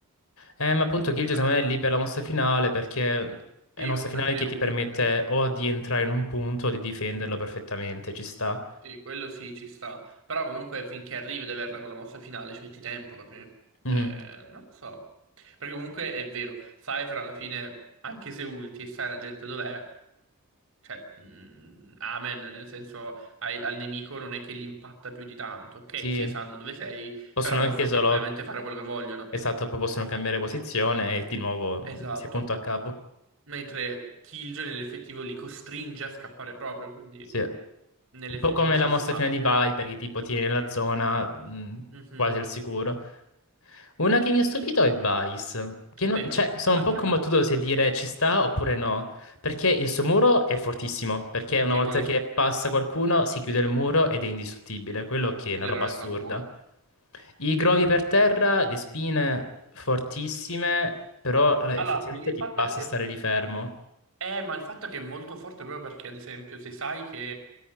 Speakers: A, on the left; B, on the right.
A: Eh, ma appunto Kill
B: vabbè,
A: secondo me è lì per la mossa finale perché è
B: sì,
A: una
B: comunque
A: mossa finale
B: alla fine
A: che
B: è
A: ti
B: utile.
A: permette o di entrare in un punto o di difenderlo perfettamente, ci sta.
B: Sì, quello sì, ci sta. Però comunque finché arrivi ad averla con la mossa finale ci metti tempo, capi?
A: Mhm.
B: Eh, non lo so. Perché comunque è vero, Cypher alla fine, anche se ulti e sai la gente dov'è, Cioè, mm, amen, nel senso ai- al nemico non è che gli impatta più di tanto. Ok,
A: Sì,
B: sì, sanno dove sei,
A: possono
B: però possono
A: anche solo,
B: tranquillamente fare quello che vogliono.
A: esatto, poi possono cambiare posizione e di nuovo mm,
B: Esatto.
A: si è punto a capo.
B: Mentre Killjoy nell'effettivo li costringe a scappare proprio, quindi
A: Sì. Un
B: nell'effettivo
A: po' come
B: ci
A: la mossa
B: sta.
A: finale di Viper, che tipo tiene la zona mh,
B: Mhm.
A: quasi al sicuro. Una che mi ha stupito è Vice. Che non-
B: Vero,
A: cioè, sono
B: anche
A: un po' combattuto
B: a me.
A: se dire ci sta oppure no. Perché il suo muro è fortissimo. Perché una
B: Sì,
A: volta
B: quello
A: che
B: sì,
A: passa qualcuno si chiude il muro ed è indistruttibile. Quello che è
B: quello
A: una roba
B: è veramente
A: assurda.
B: tanto buono.
A: I grovi per terra, le spine fortissime, però eh,
B: Allora,
A: effettivamente
B: il
A: ti
B: fatto
A: basta
B: è che...
A: stare lì fermo.
B: Eh, ma il fatto è che è molto forte proprio perché, ad esempio, se sai che